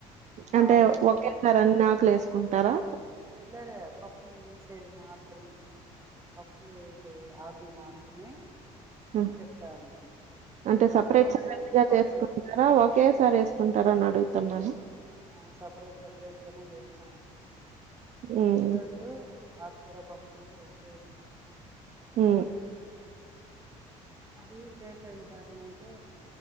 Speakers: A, on the right (about 20°); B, on the right (about 50°).
A: పాలాకు
B: అంటే ఒకే సార్ అ నాకు లేసుకుంటారా
A: లేలే పప్పులో ఎసేది మాత్రమే పప్పులో వేసేవి ఆకులు మాత్రమే
B: ఉ
A: చెప్తా ఉన్నాను
B: అంటే సపరేట్
A: కొన్ని
B: సపగా
A: ఆకులు పప్పులు
B: చేసుకుంటారా ఒకే సారి వేసుకుంటారా అని అడుగు న్నాను
A: ఆ సపరేట్ సపరేట్గానే చేస్తాను
B: ఉమ్
A: ఈరోజు ఆకుకూర పప్పు చేసినాను
B: హు
A: అది చేసే విధానం అయితే